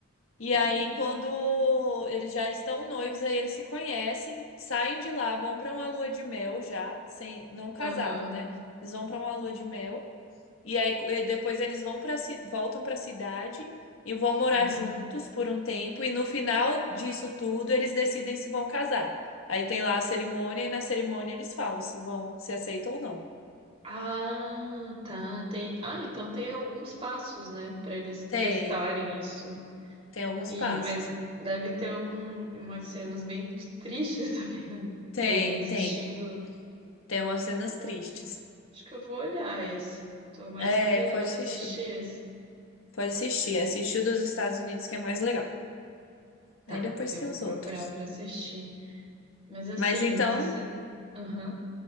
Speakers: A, on the left (about 75°); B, on the right (about 30°).
A: E
B: hum,
A: aí, quando eles já estão noivos, aí eles se conhecem, saem de lá, vão pra uma lua de mel já, sem, não casaram,
B: aham,
A: né? Eles vão pra uma lua de mel e aí co- e depois eles vão para voltam pra cidade e vão morar
B: aham.
A: juntos por um tempo e no final disso tudo eles decidem se vão casar. Aí tem lá a cerimônia e na cerimônia eles falam se vão, se aceitam ou não.
B: Ah, tá. Tem. Ah, então tem alguns passos, né, para eles
A: Tem,
B: testarem isso.
A: tem alguns
B: E
A: passos.
B: mas deve ter um, umas cenas bem t- tristes <laughs> também, né? O
A: Tem,
B: povo desistindo.
A: tem, tem umas cenas
B: Tá
A: tristes.
B: bom, Acho que eu vou olhar esse. Tô mais
A: É,
B: inclinada
A: pode assistir.
B: a assistir esse.
A: Pode assistir. Assistir o dos Estados Unidos, que é mais legal.
B: Tá,
A: Aí depois
B: eu
A: tem
B: vou
A: os
B: procurar
A: outros.
B: para assistir. Mas assim,
A: Mas então.
B: que você. Aham.